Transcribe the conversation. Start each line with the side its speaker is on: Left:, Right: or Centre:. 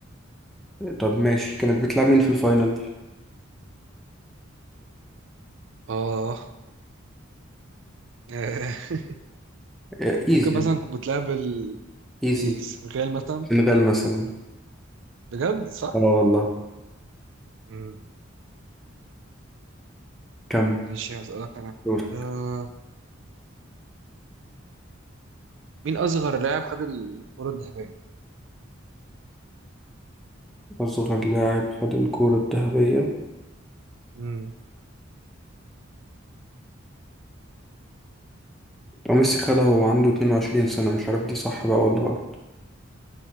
Centre: طب ماشي كانت بتلعب مين في الفاينل؟
Right: آه <laughs>
Centre: آه، ايزي
Right: ممكن مثلا كنت بتلعب ال-
Centre: ايزي
Right: إيه، السنغال مثلا
Centre: سنغال مثلا
Right: بجد صح؟
Centre: اه والله
Right: امم
Centre: كم
Right: ماشي هسألك أنا
Centre: دور
Right: آه مين أصغر لاعب خد الكرة الذهبية؟
Centre: أصغر لاعب خد الكرة الذهبية
Right: امم
Centre: وميسي خدها وهو عنده 22 سنة مش عارف دي صح بقى ولا غلط